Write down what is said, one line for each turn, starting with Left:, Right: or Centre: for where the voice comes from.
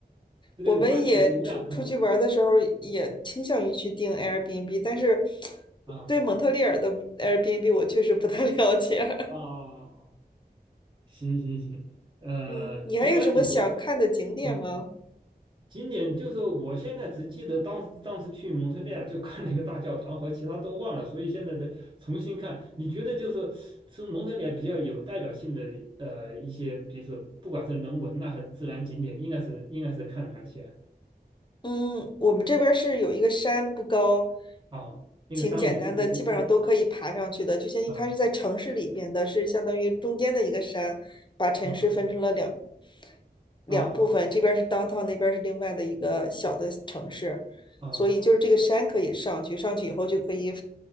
Right: 这个观念不一样
Left: 我们也出出去玩儿的时候也倾向于去订 Airbnb，但是
Right: <laughs> 啊
Left: 对蒙特利尔的 Airbnb 我确实不太 <laughs> 了解。<laughs>
Right: 啊，行行行，呃，
Left: 嗯，你还有什么想看的景点吗？
Right: 一般你就啊，景点就是我现在只记得当时当时去蒙特利尔就看了一个大教堂和其他都忘了，所以现在的重新看，你觉得就是从蒙特利尔比较有代表性的呃一些，比如说不管是人文呐、还是自然景点，应该是应该是看哪些
Left: 嗯，我们这边儿是有一个山不高，
Right: 啊？啊那个山我记我我
Left: 挺简单的，基本上都可以爬上去的。就相当于它是在城市里边的，
Right: 啊
Left: 是相当于中间的一个山，把城市分成了两
Right: 啊
Left: 两部分，
Right: 啊
Left: 这边是 downtown，那边是另外的一个小的城市，
Right: 啊。
Left: 所以就是这个山可以上去，上去以后就可以